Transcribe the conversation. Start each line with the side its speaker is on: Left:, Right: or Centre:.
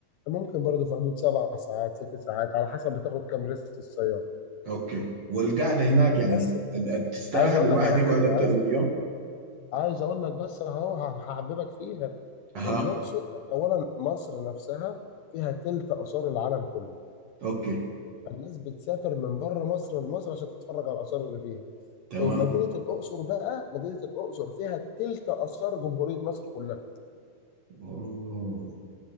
Left: ممكن برضه في حدود سبع ساعات ست ساعات على حسب بتاخد كام ريست السيارة
Right: أوكي والقعدة هناك يعني
Left: بس
Right: ال- ال- تستاهل
Left: عايز أقول
Right: الواحد
Left: لك على
Right: يقعد
Left: حاجة
Right: أكتر
Left: عايز
Right: من يوم
Left: عايز أقول لك بس أهو هحببك فيها
Right: أها
Left: الأقصر أولا مصر نفسها فيها تلت آثار العالم كله
Right: أوكي
Left: فالناس بتسافر من بره مصر لمصر عشان تتفرج على الآثار اللي فيها
Right: تمام
Left: مدينه الاقصر بقى مدينه الاقصر فيها تلت اثار جمهوريه مصر كلها
Right: أوه